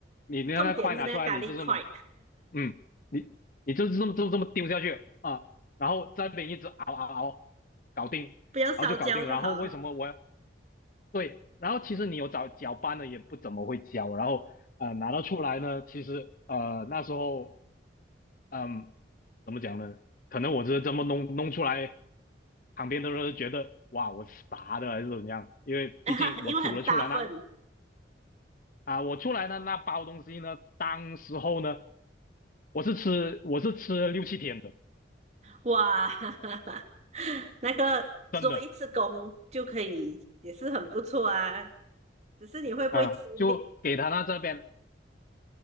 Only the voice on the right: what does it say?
重点是那个咖喱块，
不要烧焦就好了，
<laughs> 因为很大份，
哇，<laughs> 那个做一次工就可以，
也是很不错啊。只是你会不会吃腻，